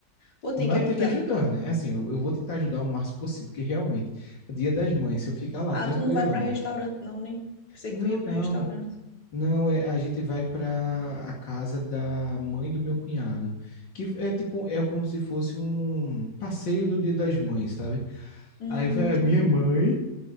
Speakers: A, on the left; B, on the left.
A: Ou tem
B: Mas
A: que
B: eu
A: ajudar.
B: tenho que ajudar, né? É Assim, eu, eu vou tentar ajudar o máximo possível, porque realmente, Dia das Mães, se eu ficar lá
A: Ah,
B: tranquilão,
A: tu não vai para restaurante não, né? Pensei
B: não,
A: que tu ia para
B: não,
A: restaurante.
B: não, é, a gente vai para a casa da mãe do meu cunhado, que é tipo, é como se fosse um passeio do Dia das Mães, sabe?
A: Hum,
B: Aí vai
A: entendi.
B: a minha mãe